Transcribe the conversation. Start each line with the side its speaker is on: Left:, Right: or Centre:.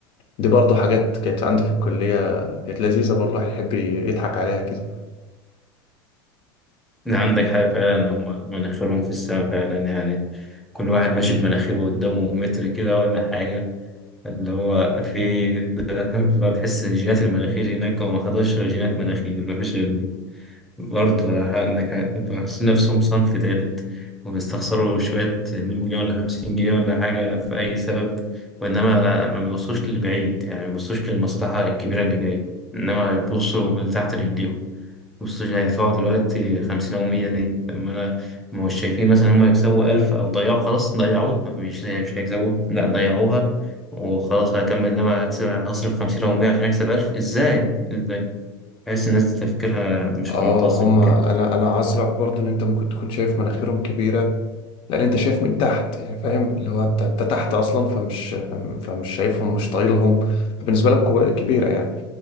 Left: دي برضو حاجات كانت عندي في الكلية كانت لذيذة برضو الواحد يحب يضحك عليها كده
Centre: عندك حاجة فعلا هم مناخيرهم في السماء فعلا يعني كل واحد ماشي بمناخيره قدامه متر كده ولا حاجة اللي هو في <laughs> ما تحس الجينات المناخير هناك هو ما خدش غير جينات مناخير ما فيش غير دي برضه ح- انك ح- انتوا حاسين نفسهم صنف تالت وبيستخسروا شوية 100 جنيه ولا 50 جنيه ولا حاجة في أي سبب وإنما ما بيبصوش للبعيد يعني ما بيبصوش للمصلحة الكبيرة اللي جاية إنما بيبصوا لتحت رجليهم بيبصوا يعني هيدفعوا دلوقتي 50 أو 100 ليه؟ طب ما أنا ما مش شايفين مثلا هما يكسبوا 1000 أو ضيعوا خلاص ضيعوها مش مش هيكسبوها لا ضيعوها وخلاص هكمل إنما هكسب هصرف 50 أو 100 عشان أكسب 1000 إزاي؟ إزاي؟ تحس الناس دي تفكيرها مش
Left: اه
Centre: منتظم
Left: هما
Centre: كده
Left: انا انا عذرك برضو ان انت ممكن تكون شايف مناخيرهم كبيره لان انت شايف من تحت يعني فاهم اللي هو انت انت تحت اصلا فمش فم- فمش شايفهم مش طايلهم فبالنسبه لك كو- كبيره يعني